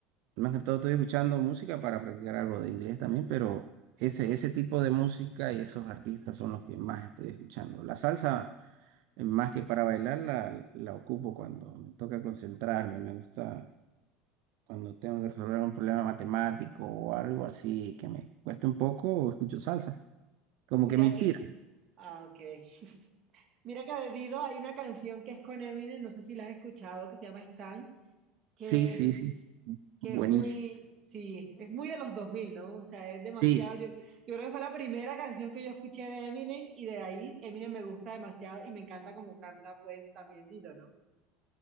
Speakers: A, on the right (about 65°); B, on the right (about 45°).
A: Más que todo estoy escuchando música para practicar algo de inglés también, pero ese, ese tipo de música y esos artistas son los que más estoy escuchando. La salsa, eh, más que para bailar, la, la ocupo cuando me toca concentrarme, me gusta. Cuando tengo que resolver un problema matemático o algo así que me cuesta un poco, escucho salsa. Como
B: Mira
A: que me inspira.
B: que, ah, ok. <laughs> Mira que de Dido hay una canción que es con Eminem, no sé si la has escuchado, que se llama Stan, que
A: Sí, sí, sí.
B: que
A: Buenísimo.
B: es muy, sí, es muy de los dos mil ¿no? O sea, es demasiado.
A: Sí,
B: Yo, yo creo que fue la primera canción que yo escuché de Eminem y de ahí Eminem me gusta demasiado y me encanta como canta, pues también Dito, ¿no?